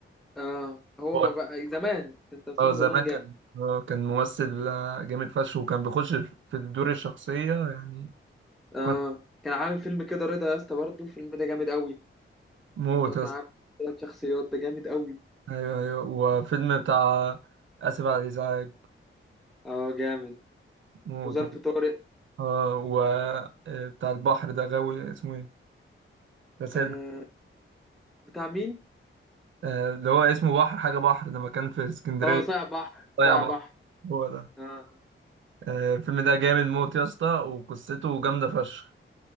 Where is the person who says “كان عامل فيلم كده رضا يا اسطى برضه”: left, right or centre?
Centre